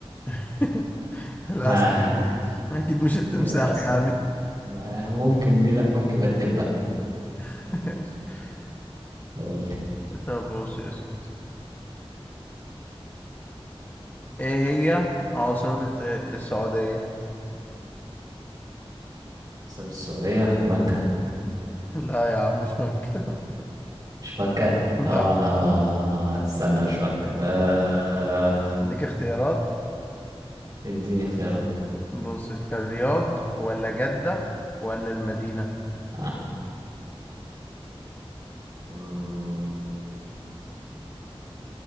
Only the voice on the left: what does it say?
<laughs> الاسد
يا سيدي اكيد مش التمساح
يعني
<laughs>
طب بص يا سيدي ايه هي عاصمة آه، السعودية
لا يا عم مش مكة
<laughs> لا
اديك اختيارات
بص الرياض ولا جدة ولا المدينة